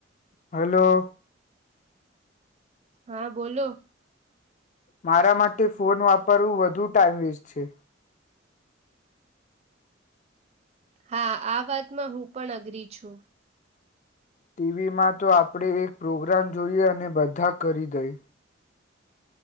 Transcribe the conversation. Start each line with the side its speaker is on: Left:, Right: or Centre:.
Left: હલો.
Right: હા બોલો.
Left: મારા માટે ફોન વાપરવું વધુ ટાઈઇમ વેસ્ટ છે.
Right: હા આ વાતમાં હું પણ અગ્રી છું.
Left: ટીવીમાં તો આપણે એક પ્રોગ્રામ જોઈએ અને બધા કરી દઈ.